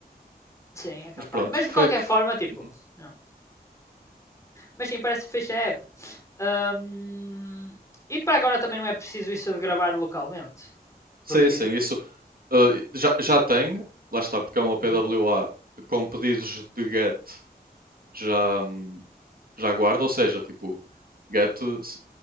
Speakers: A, on the left (about 20°); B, on the right (about 65°).
A: Sim, é
B: Mas
A: capaz.
B: pronto,
A: Mas
B: foi
A: de qualquer
B: que.
A: forma, tipo,
B: Uhum.
A: não. Mas sim, parece fixe a app. Ahm, e para agora também não é preciso isso de gravar localmente.
B: Sim,
A: Porque
B: sim,
A: tipo,
B: isso uh, já, já tem, lá está, porque é uma PWA
A: uhum,
B: com pedidos de GET já, hum, já guarda, ou seja, tipo, get s-